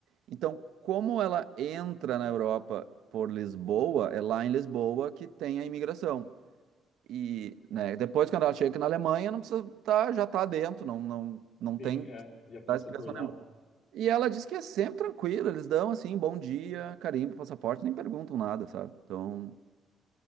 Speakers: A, on the right; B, on the left.
A: Então, como ela entra na Europa por Lisboa, é lá em Lisboa que tem a imigração. E, né, depois quando ela chega aqui na Alemanha, não precisa tá, já tá dentro, não, não, não
B: sim,
A: tem
B: é, já passou
A: dá explicação
B: por lá.
A: nenhuma. E ela diz que é sempre tranquilo, eles dão assim, bom dia, carimbo, passaporte, nem perguntam nada, sabe? Então,